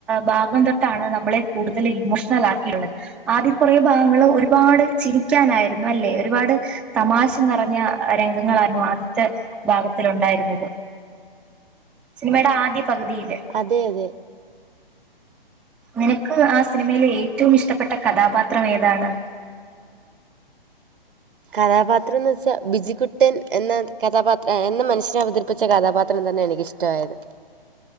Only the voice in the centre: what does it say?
ഭാഗം തൊട്ടാണ് നമ്മളെ കൂടുതൽ ഇമോഷണൽ ആക്കിയുള്ളത് ആദ്യം കൊറെ ഭാഗങ്ങൾ ഒരുപാട് ചിരിക്കാനായിരുന്നു അല്ലെ ഒരുപാട് തമാശ നിറഞ്ഞ രംഗങ്ങളായിരുന്നു ആദ്യത്തെ ഭാഗത്തിലു ണ്ടായിരുന്നത് സിനിമയുടെ ആദ്യ പകുതിയില്
നിനക്ക് ആ സിനിമയിലെ ഏറ്റവും ഇഷ്ടപ്പെട്ട കഥാപാ ത്രം ഏതാണ്